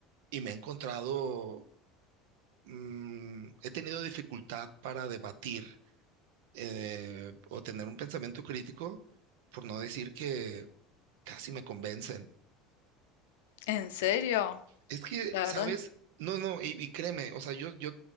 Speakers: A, on the right; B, on the left.
A: y me he encontrado, mm, he tenido dificultad para debatir eh, o tener un pensamiento crítico, por no decir que casi me convencen.
B: ¿En serio?
A: Es que,
B: La
A: ¿sabes?
B: verdad es,
A: No, no, y, y créeme, o sea, yo, yo,